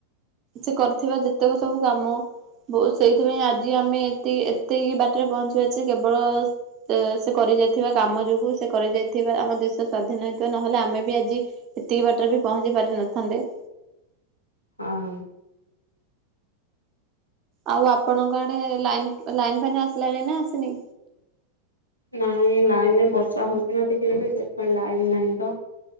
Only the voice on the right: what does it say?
ସେ କରିଥିବା ଯେତେକ ସବୁ କାମ- ବୋଉ ସେଇଥିପାଇଁ ଆଜି ଆମେ ଏତି ଏତିକି ବାଟରେ ପହଞ୍ଚିବାରଛେ କେବଳ ସେ କରି ଯାଇଥିବା କାମ ଯୋଗୁ ସେ କରି ଯାଇଥିବା ଆମ ଦେଶ ସ୍ଵାଧୀନ ହେଇଥିବା ନହେଲେ ଆମେ ବି ଆଜି ଏତିକି ବାଟରେ ବି ପହଞ୍ଚି ପାରିିନଥାନ୍ତେ।
ଆଉ ଆପଣଙ୍କ ଆଡ଼େ ଲାଇ ଲାଇନ ଫାଇନ ଆସିଲାଣି ନା ଆସିନି।